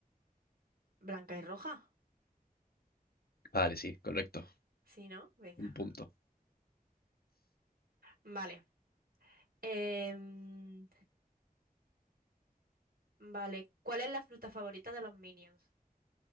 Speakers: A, on the right (about 75°); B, on the left (about 80°).
A: Blanca y roja.
B: Vale, sí, correcto.
A: Sí, ¿no? Venga.
B: Un punto.
A: Vale. Em, vale. ¿Cuál es la fruta favorita de los Minions?